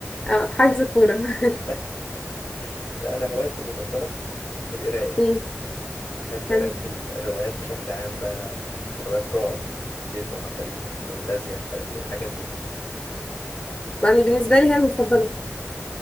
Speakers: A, on the left; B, on the left.
A: اه حجز كوره <laughs>
B: <laughs> لا أنا هوايتي المفضلة القراية
A: مم،
B: بحب
A: حلو
B: قراية الروايات بشكل عام بقى روايات رعب جن وعفاريت فانتازيا مش عارف إيه الحاجات دي
A: يعني بالنسبه لي هي المفضله